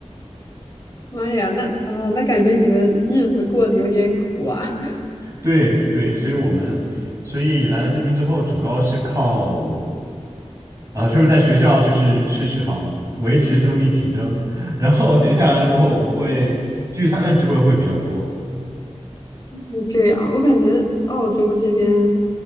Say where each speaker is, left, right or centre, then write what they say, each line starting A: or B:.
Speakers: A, on the left (about 30°); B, on the right (about 25°).
A: 妈呀，那啊，那感觉你们日子过得有点苦啊。
B: 对对，所以我们所以来了这边之后，主要是靠啊、就是在学校就是吃食堂维持生命体征，然后闲下来了之后，我们会聚餐的机会会比较多。
A: 就这样，我感觉澳洲这边